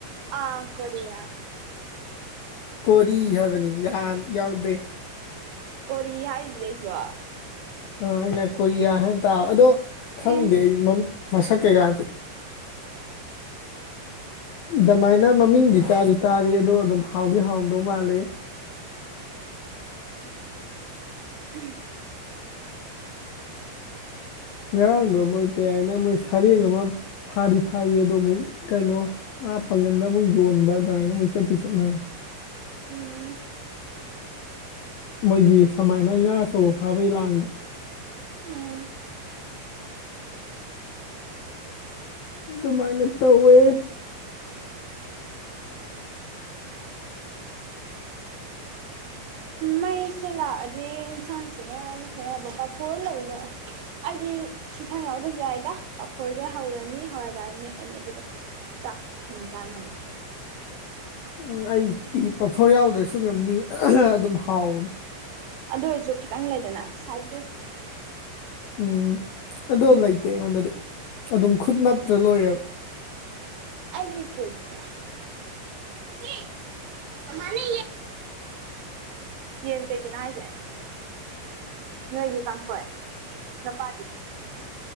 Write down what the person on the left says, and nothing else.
ꯀꯣꯔꯤ ꯍꯥꯏꯕꯅꯤ ꯌꯥꯟ ꯌꯥꯎꯗꯦ
<unintelligible> ꯑꯗꯣ ꯈꯪꯗꯦ
ꯑꯩ ꯃꯁꯛ ꯀꯩꯀꯥ ꯑꯗꯨꯃꯥꯏꯅ ꯃꯃꯤꯡꯗꯤ ꯇꯥꯗꯤ ꯇꯥꯔꯦ ꯑꯗꯣ ꯑꯗꯨꯝ ꯍꯥꯎꯗꯤ ꯍꯥꯎꯔꯝꯗꯧ ꯃꯥꯜꯂꯤ
ꯉꯔꯥꯡꯗꯣ ꯃꯣꯏ ꯇꯌꯥꯏꯅ ꯃꯣꯏ ꯁꯔꯦꯡ ꯑꯃ ꯐꯥꯗꯤ ꯐꯥꯌꯦ ꯑꯗꯨꯕꯨ ꯀꯩꯅꯣ ꯑꯥ ꯄꯪꯒꯟꯗ ꯑꯃꯨꯛ ꯌꯣꯟꯕ ꯑꯗꯨꯃꯥꯏꯅ ꯑꯃꯨꯛ ꯆꯠꯇꯤ ꯆꯠꯅ
ꯃꯣꯏꯒꯤ ꯁꯨꯃꯥꯏꯅ ꯉꯥ ꯑꯆꯧꯕ ꯐꯥꯕꯩ ꯂꯥꯡꯗ
ꯑꯗꯨꯃꯥꯏꯅ ꯇꯧꯋꯦ
<inaudible> ꯎꯝ ꯑꯩꯗꯤ ꯄꯐꯣꯔ ꯌꯥꯎꯗ꯭ꯔꯁꯨ ꯉꯝꯅꯤ ꯑꯗꯨꯝ ꯍꯥꯎꯕꯅꯤ
ꯎꯝ ꯑꯗꯣ ꯂꯩꯇꯦ ꯑꯩꯉꯣꯟꯗꯗꯤ ꯑꯗꯨꯝ ꯈꯨꯠ ꯅꯞꯇ꯭ꯔ ꯂꯣꯏꯔꯦꯕ <inaudible>